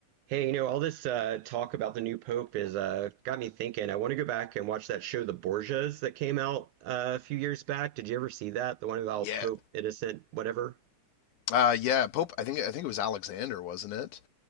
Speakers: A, on the right (about 75°); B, on the left (about 70°).
A: Hey, you know, all this uh, talk about the new pope is uh, got me thinking. I want to go back and watch that show, The Borgias, that came out uh, a few years back. Did you ever see that? The one about
B: Yeah.
A: Pope Innocent, whatever?
B: Uh, yeah, Pope. I think I think it was Alexander, wasn't it?